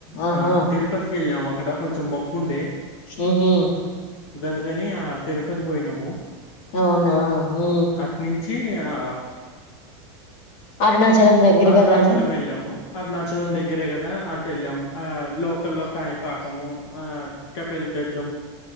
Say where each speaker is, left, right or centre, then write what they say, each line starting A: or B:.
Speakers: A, on the left; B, on the left.
A: ఆహా
B: ఆ తిరుపతికెళ్ళాము అక్కడ కొంచెం మొబ్బు ఉండే
A: హు హు
B: గందుకని ఆ తిరుపతి పోయినము
A: అవునా హు
B: అట్నుంచి ఆ
A: అరుణాచలం దగ్గర
B: అరునాచలం
A: కదా అని
B: ఎళ్ళాము అరునాచలం
A: ఉమ్
B: దగ్గరే కదా అటు ఎళ్ళాము ఆ లోకల్లో కాణిపాకం ఆ తపిలితీర్థం